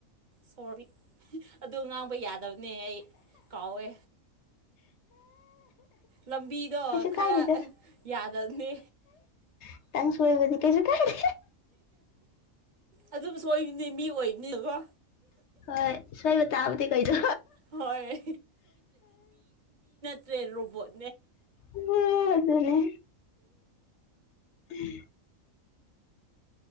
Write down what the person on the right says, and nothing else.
ꯁꯣꯔꯤ ꯑꯣ ꯉꯥꯡꯕ ꯌꯥꯗꯕꯅꯦ ꯑꯩ ꯀꯥꯎꯋꯦ ꯂꯝꯕꯤꯗꯣ
ꯈꯔ
ꯌꯥꯗꯕꯅꯦ
ꯑꯗꯨꯝ ꯁꯣꯏꯕꯅꯤ ꯃꯤ ꯑꯣꯏꯕꯅꯦꯕꯣ
ꯍꯣꯏ ꯇ꯭ꯔꯦ ꯔꯣꯕꯣꯠ